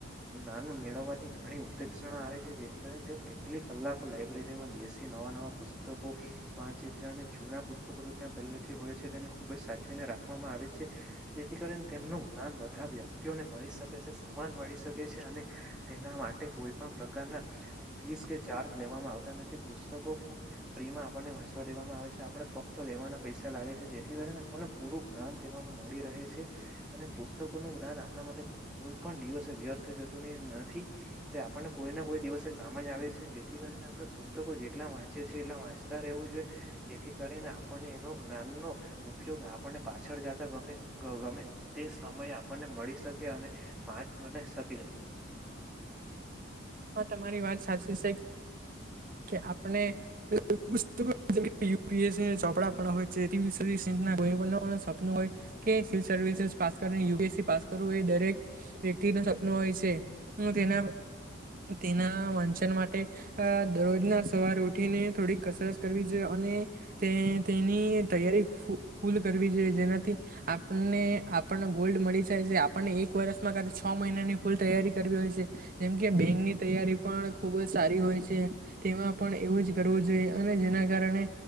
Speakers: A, in the centre; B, on the right.
A: જ્ઞાન મેળવવાની ઘણી ઉદક્ષ ઉત્તીશણા આવે છે, જેથી કરી ને તેઓ કેટલી કલાકો લાયબ્રેરી માં બેસી નવા નવા પુસ્તકો વાંચે છે અને જૂના પુસ્તકો તો ત્યાં પેહલે થી હોય છે તેને ખુબ જ સાચવીને રાખવામાં આવે છે, જેથી કરીને તેમનું જ્ઞાન બાધારયમ <unintelligible> મળી શકે છે, સમાન મળી શકે છે અને તેના માટે કોઈ પણ પ્રકારના ફીસ કે ચાર્જ લેવામાં આવતા નથી. પુસ્તકો ફ્રી માં આપણને વાંચવા દેવામાં આવે છે. આપણે ફક્ત લેવાના પૈસા લાગે છે જેથી કરીને પૂ ર્ણ પૂરું જ્ઞાન તેમનું મળી રહે છે અને પુસ્તકો નું જ્ઞાન આપણા માટે કોઈ પણ દિવસે વ્યર્થ જતું ન નથી તે આપણને કોઈ ના કોઈ દિવસે કામ જ આવે છે જેથી કરીને આપડે પુસ્ તકો જેટલા વાંચે છે એટલા વાંચતા રહેવું જોયે જેથી કરીને આપણને એનો જ્ઞાન નો ઉપયોગ આપણને પાછળ જતા ગમે ગમે તે સમય આપણને મળી શકે અને પાંચ મના હિસા પીલે
B: હ તમારી વાત સાચી સે કે આપણે <unintelligible> યુ પી એસ સી ના ચોપડા પણ હોય છે <unintelligible> <unintelligible> હોય કે સિવિલ સર્વિસિસ પાસ કરવું ને U P S C pass કરવું એ દરેક વિ દ્યાર્થીનું સપનું હોય છે, ન તેના તેના વાંચન માટે દરરોજના સવારે ઉઠીને થોડીક કસરત કરવી જોયે અને તે તેની તૈયારી ફૂલ કરવી જોઈએ, જેનાથી આપને આપણને ગોલ્ડ મળી જાય છે, આપણને એક વર્ષમાં કર છ મહિના ની ફૂલ તૈયારી કરવી હોય છે. જેમ કે બેંકની તૈયારી પણ ખુબ જ સારી હોય છે. તેમાં પણ એવું જ કરવું જોઈએ અને જેના કારણે